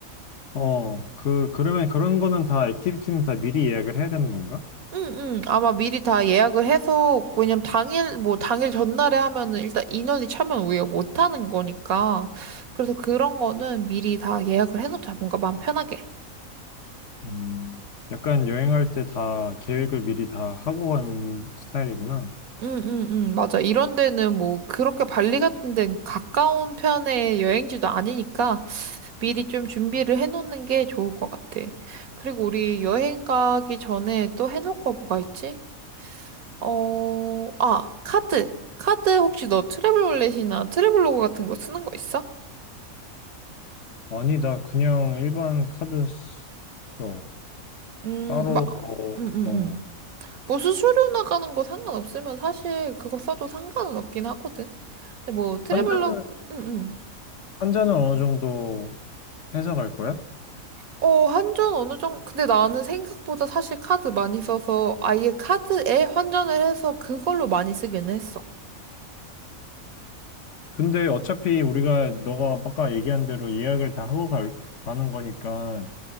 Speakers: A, on the left; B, on the right.
A: 어, 그, 그러면 그런 거는 다, 액티비티는 다 미리 예약을 해야 되는 건가?
B: 응, 응. 아마 미리 다 예약을 해서, 왜냐면 당일, 뭐 당일 전날에 하면은 일단 인원이 차면 우리가 못 하는 거니까. 그래서 그런 거는 미리 다 예약을 해놓자. 뭔가 마음 편하게.
A: 음, 약간 여행할 때 다 계획을 미리 다 하고 간 스타일이구나.
B: 응, 응, 응. 맞아. 이런 데는 뭐 그렇게 발리 같은 데는 가까운 편의 여행지도 아니니까 미리 좀 준비를 해놓는 게 좋을 것 같아. 그리고 우리 여행 가기 전에 또 해놓을 거 뭐가 있지? 어, 아, 카드. 카드 혹시 너 트래블 월렛이나 트래블로그 같은 거 쓰는 거 있어?
A: 아니, 나 그냥 일반 카드 써.
B: 음,
A: 따로
B: 막,
A: 뭐,
B: 음, 음, 음.
A: 어.
B: 뭐 수수료 나가는 거 상관없으면 사실 그거 써도 상관은 없긴 하거든. 근데 뭐 트래블로그,
A: 환자는,
B: 음, 음.
A: 환자는 어느 정도 해서 갈 거야?
B: 어, 환전 어느 정도, 근데 나는 생각보다 사실 카드 많이 써서 아예 카드에 환전을 해서 그걸로 많이 쓰긴 했어.
A: 근데 어차피 우리가, 너가 아까 얘기한 대로 예약을 다 하고 갈, 가는 거니까